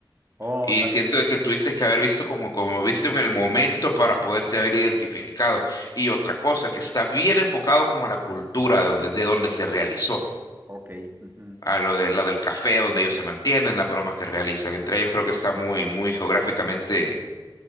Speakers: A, on the right; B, on the left.
A: Oh,
B: Y
A: tal
B: siento
A: vez.
B: de que
A: ujú,
B: tuviste que haber visto como, como viste en el momento para poderte haber identificado. Y otra cosa, que está bien enfocado como a la cultura de donde, de donde se realizó,
A: Ok. ujú,
B: a lo de lo del café donde ellos se mantienen, las bromas que realizan. Entre ellos creo que está muy, muy geográficamente